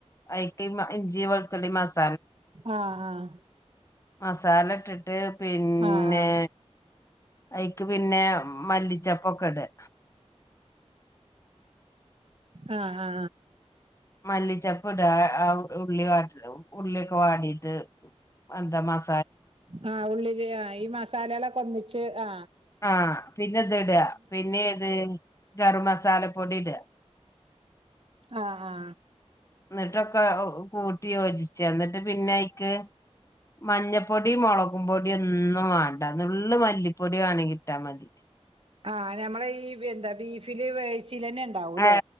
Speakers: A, on the left (about 25°); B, on the right (about 55°).
A: അതിക്ക് ഇഞ്ചി വെളുത്തുള്ളി മസാ
B: ആ ആ
A: മസാല ഇട്ടിട്ട് പിന്നെ
B: ആ ആ
A: അയിക്ക് പിന്നെ മല്ലിച്ചെപ്പൊക്കെ ഇടാ
B: ആഹ് ആ
A: മല്ലിച്ചെപ്പ് ഇട ആ ഉള്ളി ഉള്ളിയൊക്കെ വാടിട്ട് എന്താ മസ
B: ആ ഉള്ളില് ആ ഈ മസാലകൊളേകെ ഓന്നിച്ച് ആ
A: ആ പിന്നെ ഇതുഇട പിന്നെ ഏത് ഗരം മസാ സാല പൊടിഇട
B: ആഹ് ആ
A: എന്നിട്ടൊക്കെ കൂട്ടി യോജി ക്ക എന്നിട്ട് പിന്നെ അയിക്ക് മഞ്ഞപ്പൊടിം മോളകും പൊടി ഒന്നും വേണ്ട നുള്ള് മല്ലിപ്പൊടി വേണെ ഇട്ടാൽ മതി
B: ആ ഞമ്മള് ഈ വേന്താ ബീഫില് വേവി ച്ചില്ന്നെ ഇണ്ടാവുലെ
A: ആ